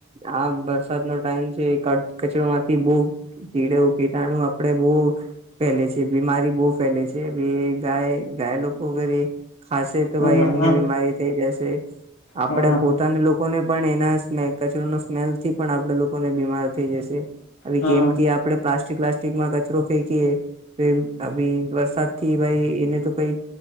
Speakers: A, on the right (about 30°); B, on the left (about 75°).
A: આમ વરસાદ નો ટાઈમ છે, કચરોમાંથી બોવ કીડવ કીટાણું આપ. આપડે બહુ ફેલે છે, બીમારી બહુ ફેલે છે, ગ ગાય. તો વરી ખાસ તો
B: હમ
A: ભાઈ
B: હમ
A: એમની બીમારી થઈ જશે, આપડે
B: હમ
A: પોતાને લોક. લોકોને પણ એના કચરો ન સ્મેલ થી પણ આપણે લોકોને બીમાર થઈ જશે. આવી
B: હમ
A: કેમ કે આપણે પ્લાસ્ટિક વ્લાસ્ટિકમાં કચરો ફેંકીએ. તેમ અભી વરસાદથી ભાઈ એને તો કંઈ.